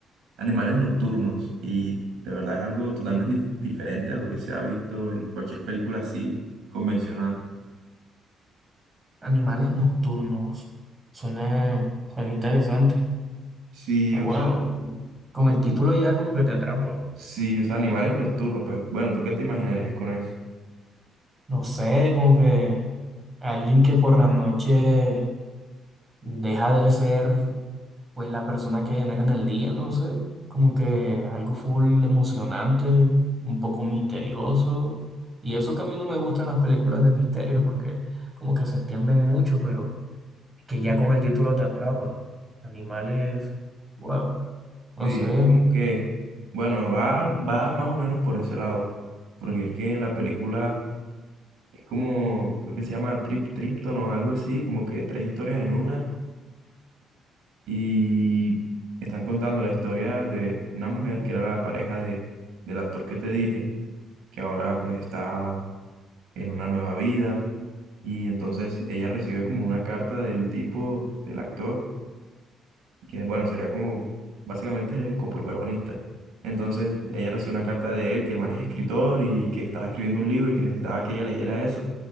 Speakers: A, on the right; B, on the right.
A: Animales Nocturnos y de verdad es algo totalmente dif- diferente a lo que se ha visto en cualquier película así convencional.
B: Animales nocturnos, suena, suena interesante.
A: Sí,
B: Pues
A: o
B: Bueno,
A: sea,
B: con
A: es
B: el
A: como...
B: título ya como que te atrapa.
A: Sí, o sea, Animales Nocturnos, pues bueno, ¿tú qué te imaginarías con eso?
B: No sé, como que alguien que por la noche deja de ser pues la persona que genera en el día, no sé, como que algo full emocionante, un poco misterioso. Y eso que a mí no me gustan las películas de misterio porque como que se extienden mucho, pero que ya con el título te atrapa. Animales, wow, no
A: Sí,
B: sé.
A: es como que, bueno, va, va más o menos por ese lado, porque es que en la película es como, creo que se llama Trip Tripton o algo así, como que tres historias en una, y están contando la historia de una mujer que era la pareja de, del actor que te dije, que ahora pues está en una nueva vida, y entonces ella recibe como una carta del tipo, del actor que bueno, sería como básicamente el coprotagonista. Entonces ella recibió una carta de él, que el man es escritor y que estaba escribiendo un libro y que necesitaba que ella leyera eso.